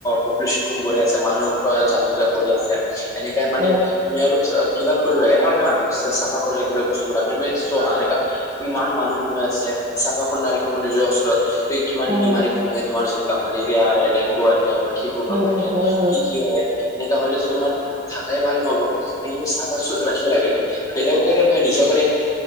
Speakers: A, on the left; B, on the right.
A: পপুলেশ্যন কম বঢ়ি আছে মানুহ জাতি বিলাক গঢ়ি আছে। এনেকাই মানে
B: অ
A: তুমি অলপ কিবা কৰিব লাগে না অলপমান চফা কৰি ৰাখিব লাগে বস্তু বিলাক তুমি চোৱা এনেকা ইমান মানুহ খন হৈ আছে চাফা কোন ৰাখিব নিজৰ ওচৰত? ত কিমান
B: উম
A: বেমাৰী খন আহে তোমাৰ যেনেকা মালেৰিয়া আহে ডেংগু আহে মাখিবোৰ
B: উম
A: আহে।
B: হয়
A: কি কি হয় এনেকা হলেইতো তোমাৰ থাকাই ভাল নহব সনে চাফা কৰি ৰাখিব লাগে। বেলেগক কাৰণে নহয় নিজকৰ কাৰণে